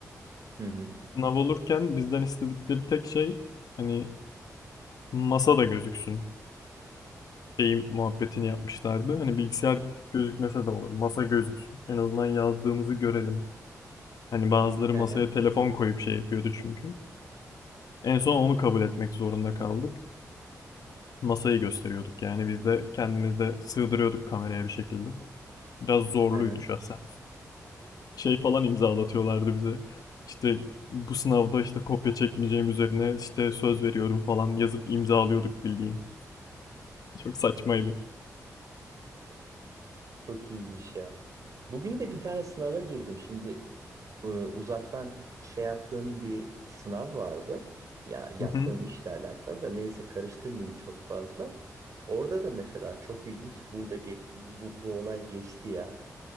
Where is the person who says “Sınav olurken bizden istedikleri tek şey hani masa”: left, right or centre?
Left